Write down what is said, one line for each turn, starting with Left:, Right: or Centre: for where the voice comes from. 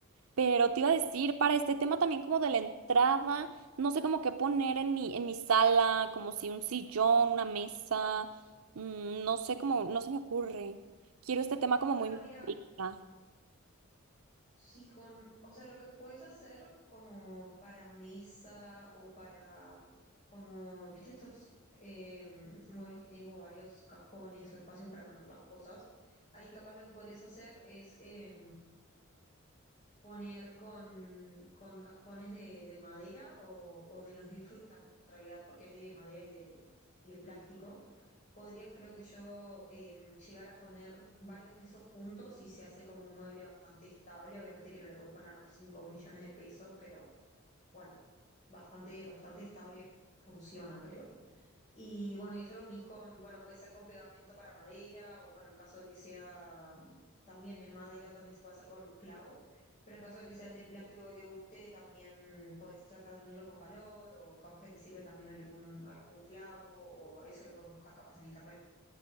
Right: Pero te iba a decir, para este tema también como de la entrada, no sé como qué poner en mi, en mi sala, como si un sillón, una mesa, mm, no sé cómo, no se me ocurre. Quiero este tema como
Left: Bueno,
Right: muy
Left: mira,
Right: minimalista.
Left: Sí, con, o sea, lo que puedes hacer como para mesa o para, como, viste, estos eh, muebles que tienen como varios cajones o espacios para poner las cosas, ahí capaz lo que podrías hacer es, eh, poner con, con cajones de, de madera o, o de los de fruta en realidad, porque hay de madera y de, y de plástico. Podrías, creo que yo, eh, llegar a poner varios de esos juntos y se hace como un mueble bastante estable. Obviamente que no le puedes poner 5 millones de pesos, pero bueno, bastante, bastante estable funciona, creo. Y bueno, y eso lo unís con, bueno, puede ser con pegamento para madera o bueno, en caso de que sea mm, también en madera, también se puede hacer con clavos, pero en caso de que sea el de plástico que te guste, también puedes tratar de unirlo con calor o capaz que te sirve también algún, algún clavo o eso lo puedes buscar capaz en internet.